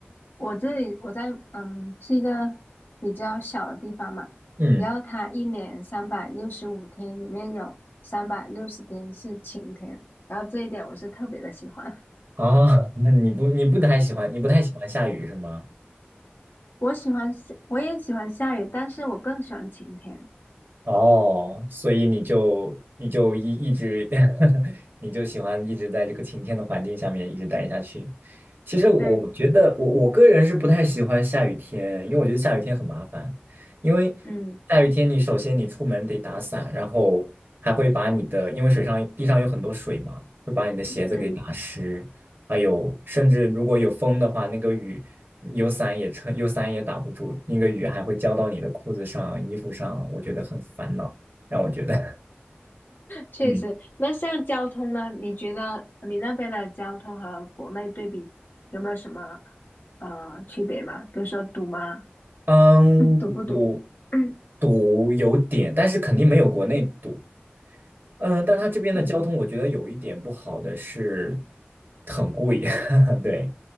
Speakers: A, on the left; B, on the right.
A: 我这里我在嗯是一个比较小的地方嘛，
B: 嗯，
A: 然后它一年三百六十五天里面有三百六十天是晴天，然后这一点我是特别的喜欢。<laughs>
B: 啊，<laughs> 那你不你不太喜欢你不太喜欢下雨是吗？
A: 我喜欢下，我也喜欢下雨，但是我更喜欢晴天。
B: 哦，所以你就你就一一直 <laughs> 你就喜欢一直在这个晴天的环境下面一直待下去。其实我觉得我我个人是不太喜欢下雨天，
A: 对，
B: 因为我觉得下雨天很麻烦。因为
A: 嗯
B: 下雨天你首先你出门得打伞，然后还会把你的因为水上地上有很多水嘛，会把你的鞋子给打湿。
A: 嗯。
B: 还有甚至如果有风的话，那个雨有伞也撑，有伞也打不住，那个雨还会浇到你的裤子上、衣服上，我觉得很烦恼，让我觉得，
A: 确实。
B: <laughs> 嗯
A: 那像交通呢？你觉得你那边的交通和国内对比有没有什么呃区别吗？比如说堵吗？
B: 嗯，
A: 嗯堵不堵？
B: 我
A: 嗯
B: 堵有点，但是肯定没有国内堵，嗯，但它这边的交通我觉得有一点不好的是
A: 嗯，
B: 很贵，<laughs> 对。